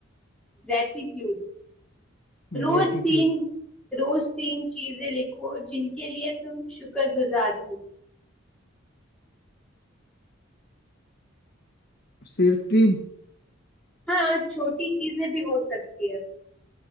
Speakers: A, in the centre; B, on the left.
A: گٹیٹیوڈ روز
B: گریٹیٹیوڈ
A: تین روز تین چیزیں لکھ ہو جن کے لیے تم شکر گزار ہو
B: صرف تین
A: ہاں چھوٹی چیزیں بھی ہو سکتی ہے